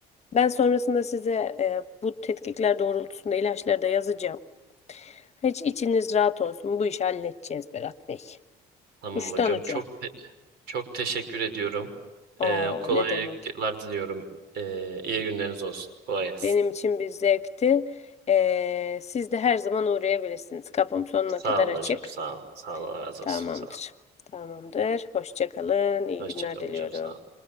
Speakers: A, on the left; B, on the right.
A: Ben sonrasında size e, bu tetkikler doğrultusunda ilaçları da yazacağım. Hiç içiniz rahat olsun. Bu işi halledeceğiz Berat Bey.
B: Tamam
A: Uçtan
B: hocam
A: uca.
B: çok te- çok teşekkür ediyorum. E,
A: Aa
B: kolaylıklar
A: ne demek.
B: diliyorum. E, iyi günleriniz olsun. Kolay gelsin.
A: Benim için bir zevkti. Ee, siz de her zaman uğrayabilirsiniz. Kapım sonuna
B: Sağ
A: kadar
B: olun
A: açık.
B: hocam. Sağ olun. Sağ olun. Allah razı
A: Tamamdır.
B: olsun. Sağ olun.
A: Tamamdır. Hoşça kalın. İyi
B: Hoşça
A: günler
B: kalın
A: diliyorum.
B: hocam. Sağ olun.